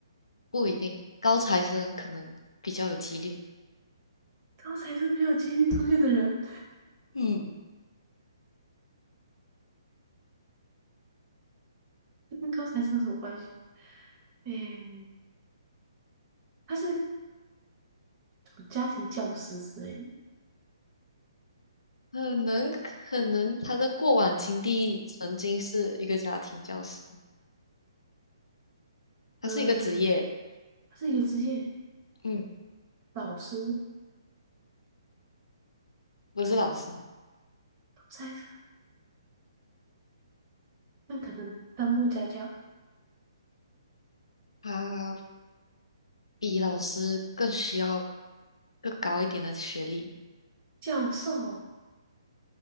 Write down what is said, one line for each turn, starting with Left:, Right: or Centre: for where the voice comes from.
Left: 不一定，高材生可能比较有几率。
Right: 高材生比较有几率出现的人，
Left: 嗯，
Right: 这跟高材生有什么关系？诶、他是家庭教师之类的，
Left: 可能可能他的过往经历曾经是一个家庭教师，
Right: 嗯，
Left: 他是一个职业，
Right: 他是一个职业
Left: 嗯，
Right: 老师，
Left: 不是老师。
Right: 高材生，那可能当过家教、
Left: 他比老师更需要更高一点的学历。
Right: 教授